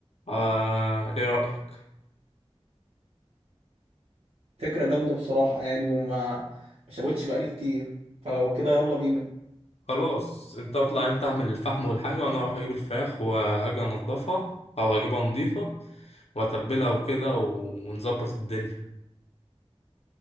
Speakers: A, on the left (about 70°); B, on the right (about 75°).
A: آه ايه رأيك
B: فكرة جامدة بصراحة يعني وما مشوتش بقالي كتير فلو كده يلا بينا
A: خلاص انت اطلع انت اعمل الفحم والحاجة وانا اروح اجيب الفراخ وهاجي انضفها او اجيبها نضيفة واتبلها وكده ونظبط الدنيا